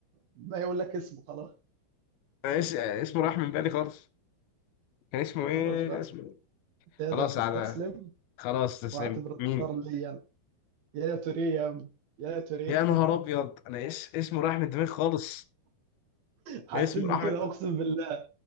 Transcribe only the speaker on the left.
أنا اس... اسمه راح من بالي خالص كان اسمه
ايه
كان اسمه إيه؟
خلاص
على خلاص تسلم
مين
يا نهار
ابيض انا اس... اسمه راح من دماغي خالص
اسمه
راح من